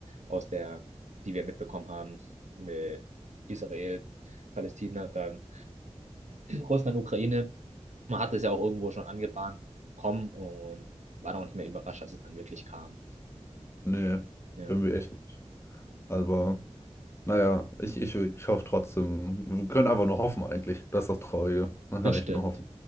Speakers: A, on the right; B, on the left.
A: aus der, die wir mitbekommen haben, mit Israel, Palästina, dann Russland, Ukraine. Man hat es ja auch irgendwo schon angebahnt, kommen und war dann auch nicht mehr überrascht, als es dann wirklich kam.
B: Nee,
A: Ja,
B: irgendwie echt nicht. Aber. Naja, ich, ich, ich hoffe trotzdem. Wir können einfach nur hoffen eigentlich. Das ist das Traurige. Man
A: das
B: kann echt
A: stimmt.
B: nur hoffen.